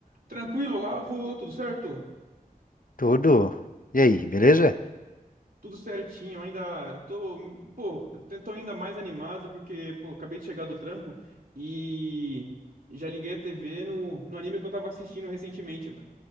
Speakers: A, on the right; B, on the left.
A: Tranquilo, Lavo, tudo certo?
B: Tudo. E aí, beleza?
A: Tudo certinho, ainda tô, pô, tô ainda mais animado porque, pô, acabei de chegar do trampo e já liguei a TV no, no anime que eu tava assistindo recentemente, mano.